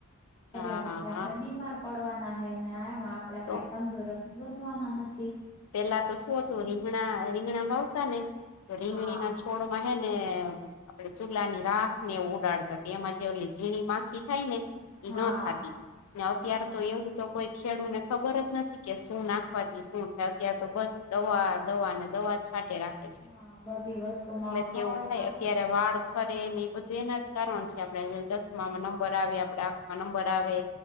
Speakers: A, on the left; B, on the left.
A: હા
B: એટલે પછી
A: હા
B: આપડે બીમાર પડવાના હે ને એમાં આપણેે
A: તો
B: કઈ તંદુરસ્ત બનવાના નથી.
A: પેલા તો શું હતું રીંગણા રીંગણા વાવતા ને તો રીંગણીના
B: હા
A: થોડોમાં હે ને આપડે ચૂલા ની રાખ ને ઉડાડતા એમાં જેલી ઝીણી માખી. થાય ને એ
B: હા
A: ન થતી ને અત્યારે
B: હા
A: તો એવું તો કોઈ ખેડૂ ને ખબર જ નથી કે શું નાખવાથી શું થ. ત્યાં તો બસ દવા દવાને દવા જ છાટે રાખે.
B: હા બધી વસ્તુમાં
A: એટલેથી
B: ખળ
A: એવું થાય અત્યારે વાળ ખરે એ બધું એના જ કારણ છે આપણેે ચશ્મામાં નંબર આવે આપણે આંખમાં નંબર આવે.